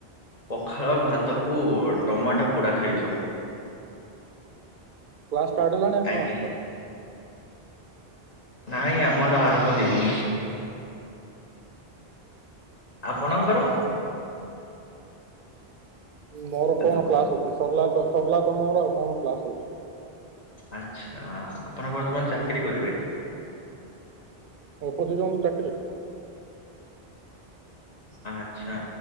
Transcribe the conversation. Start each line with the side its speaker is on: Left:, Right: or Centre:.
Left: ପଖାଳ ଭାତ କୁ ଟମାଟୋ ପୋଡ଼ା ଖାଇଛୁ।
Right: କ୍ଲାସ ଷ୍ଟାର୍ଟ ହେଲାଣି ଆପଣମାନଙ୍କର?
Left: ଆଜ୍ଞା ନାଇଁ ଆମର ଆରମ୍ଭ ହେଇନି। ଆପଣଙ୍କର?
Right: ମୋର
Left: ହ୍ୟାଲୋ
Right: କଣ କ୍ଲାସ ଅଛି ସରିଲାତ ସରିଲାତ ମୋର ଆଉ କଣ କ୍ଲାସ ଅଛି?
Left: ଆଛା ଆପଣ ବର୍ତ୍ତମାନ ଚାକିରୀ କରିବେ।
Right: ଓ ଖୋଯୁଚନ୍ତି ଚାକିରି।
Left: ଆଚ୍ଛା